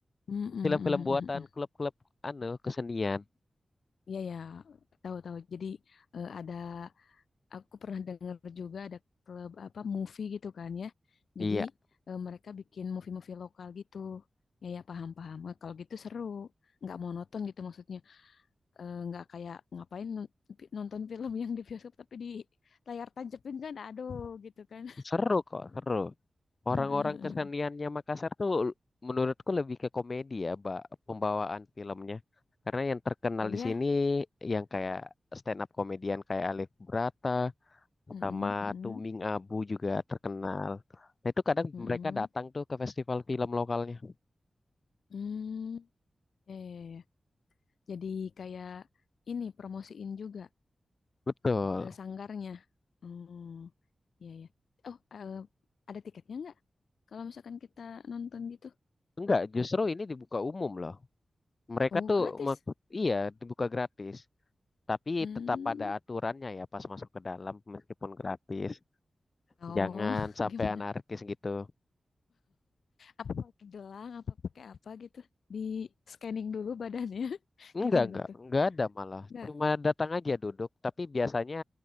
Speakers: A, on the left; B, on the left.
A: Mm, mm,
B: film-film
A: mm,
B: buatan
A: mm, mm.
B: klub-klub anu kesenian.
A: Iya ya, tahu-tahu. Jadi eh, ada aku pernah dengar juga ada klub apa movie gitu kan ya. Jadi
B: Iya,
A: eh, mereka bikin movie-movie lokal gitu. Ya ya paham-paham. Eh, Kalau gitu seru, nggak monoton gitu maksudnya. Eh, Nggak kayak ngapain nu- pi- nonton film yang di bioskop tapi di layar tancapin kan, aduh gitu kan.
B: seru kok, seru. Orang-orang
A: <laughs>
B: keseniannya Makassar tuh menurutku lebih ke komedi ya, Mbak, pembawaan filmnya. Karena yang terkenal
A: Oh ya,
B: di sini yang kayak stand up komedian kayak Alif Brata,
A: Mm-mm,
B: sama
A: mm-mm,
B: Tuming Abu juga terkenal. Nah itu kadang
A: mm-mm.
B: mereka datang tuh ke festival film lokalnya.
A: Hmm, ya, ya, ya. ya. Jadi kayak ini promosiin juga
B: Betul.
A: Eh, sanggarnya. Hmm, iya ya. Oh, eh, ada tiketnya nggak? Kalau misalkan kita nonton gitu.
B: Enggak, justru ini dibuka umum loh. Mereka
A: Oh,
B: tuh
A: gratis.
B: me- iya dibuka gratis, tapi
A: Hmm.
B: tetap ada aturannya ya pas masuk ke dalam meskipun gratis.
A: Oh,
B: Jangan
A: <laughs>
B: sampai
A: gimana?
B: anarkis gitu.
A: Apa pakai gelang? Apa pakai apa gitu? Di scanning dulu badannya. <laughs>
B: Enggak,
A: Gimana
B: enggak,
A: tuh?
B: enggak ada malah.
A: Nggak.
B: Cuma datang aja duduk, tapi biasanya